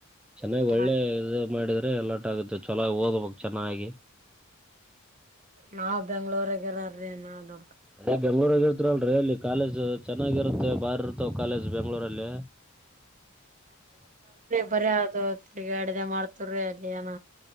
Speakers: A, in the centre; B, on the right.
A: ಚೆನ್ನಾಗಿ
B: ಹಾ
A: ಒಳ್ಳೆ
B: ರೀ
A: ಇದು ಮಾಡಿದ ಎಲ್ಲಟ ಆಗತ್ತೆ ಚೊಲೋ ಓದ್ಬೇಕ್ ಚೆನ್ನಾಗಿ.
B: ನಾವು ಬೆಂಗಳೂರಾಗ ಇರೋರ ರೀ ನಾವ್ನು.
A: ಅಲ್ಯಾಕ್ ಬೆಂಗಳೂರಾಗ ಇರ್ತಲ್ರಿ ಅಲ್ಲಿ. ಕಾಲೇಜ್ ಚೆನ್ನಾಗಿರುತ್ತೆ ಬಾರ್ ಇರ್ತವ ಕಾಲೇಜ್ ಬೆಂಗಳೂರಲ್ಲಿ.
B: ಬರೆ ಅದು ತೀರ್ಗ್ಯಡದೆ ಮಾಡ್ತವ್ರಿ ಅಲ್ಲಿ ಏನ.